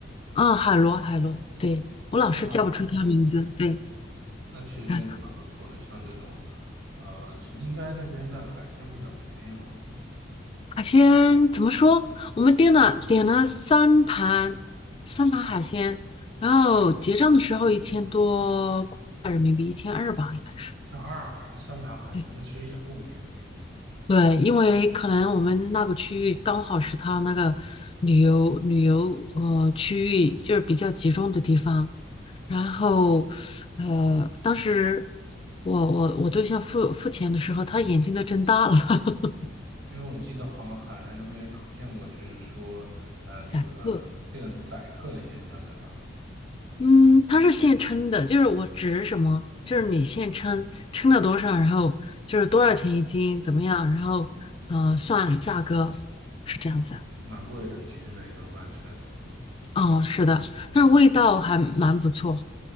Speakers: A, on the left (about 30°); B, on the right (about 85°).
A: 啊，海螺，海螺，对，我老是叫不出它名字，
B: 那还蛮不错的。
A: 对，
B: 那其实真的蛮不错的，
A: 啊，
B: 像这种，呃，是应该那边的海鲜比较便宜吧？
A: 海鲜怎么说？我们点了点了三盘三盘海鲜，然后结账的时候一千多块人民币，
B: 啊，
A: 一千二吧，应该是。
B: 像二尔三盘海鲜，
A: 对。
B: 那其实也不便宜，
A: 对，因为可能我们那个区域刚好是他那个旅游旅游呃区域，就是比较集中的地方。然后，呃，当时我我我对象付付钱的时候，他眼睛都睁大了，<laughs>
B: 因为我记得好像海南那边出现过，就是说，呃，有呃店宰客的现象，
A: 两个，
B: 对吧？
A: 嗯，他是现称的，就是我指什么，就是你现称称了多少，然后就是多少钱一斤，怎么样，然后呃算价格是这样子。
B: 蛮贵的，其实那一顿饭吃的。
A: 哦，是的，但是味道还蛮不错。